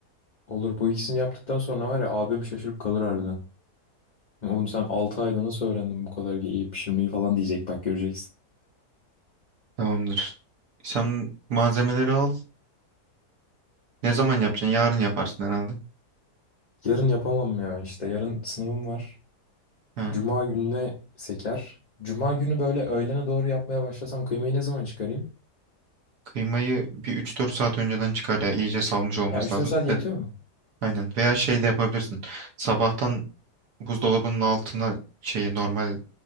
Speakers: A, on the left (about 35°); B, on the right (about 75°).
A: olur. Bu ikisini yaptıktan sonra var ya abim şaşırıp kalır harbiden. Oğlum sen 6 ayda nasıl öğrendin bu kadar iyi pişirmeyi falan diyecek bak göreceksin.
B: Tamamdır. Sen malzemeleri al. Ne zaman yapacaksın? Yarın yaparsın herhalde.
A: Yarın yapamam ya işte yarın sınavım var.
B: Ha.
A: Cuma gününe seker. Cuma günü böyle öğlene doğru yapmaya başlasam kıymayı ne zaman çıkarayım?
B: Kıymayı bir 3-4 saat önceden çıkar ya. İyice salmış olması
A: Ya üç
B: lazım.
A: dört saat
B: Bir
A: yetiyor
B: de
A: mu?
B: aynen. Veya şey de yapabilirsin. Sabahtan Buzdolabının altına şeyi normal